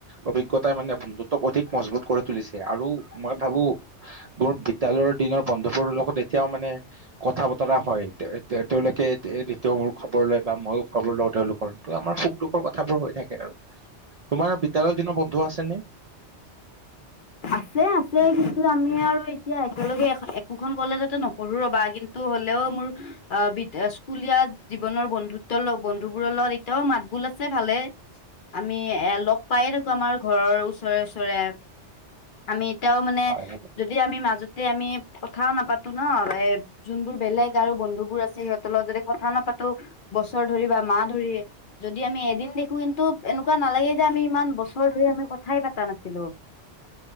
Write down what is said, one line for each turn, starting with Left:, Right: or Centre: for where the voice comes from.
Right: অভিজ্ঞতাই মানে বন্ধুতক অধিক মজবুত কৰি তুলিছে আৰু মই ভাবো মোৰ বিদ্যালয়ৰ দিনৰ বন্ধুবোৰ লগত এতিয়াও মানে কথা ব টৰা হয়। তেওঁলোকে এতিয়া মোৰ খবৰ লয় বা মইও খবৰ লওঁ তেওঁলোকৰ। তো আমাৰ সুখ দুখৰ কথাবোৰ হৈ থাকে আৰু। তোমাৰ বিদ্যালয় দিনৰ বন্ধু আছেনে?
Left: আছে আছে কিন্তু আমি আৰু এতিয়া একেলগে একোখন কলেজতে নপঢ়ো ৰ'বা কিন্ টো হ'লেও মোৰ অ বি স্কুলীয়া জীৱনৰ বন্ধুত্ব ল বন্ধু বোৰৰ লগত তেওঁ মাত বোল আছে ভালে। আমি এ লগ পাইয়ে থাকো, আমাৰ ঘৰৰ ওচৰে ওচৰে। আমি এতিয়াও মানে
Right: হয়। হয়
Left: যদি আমি মাজতে আমি কথাও নাপাতো ন এই যোনবোৰ বেলেগ আৰু বন্ধুবোৰ আছে সিহঁতৰ লগত যদি কথা নাপাতো বছৰ ধৰি বা মাহ ধৰি যদি আমি এদিন দেখো কিন্তু এনেকোৱা নালাগে যে আমি ইমান বছৰ ধৰি আমি কথাই পতা নাছিলো।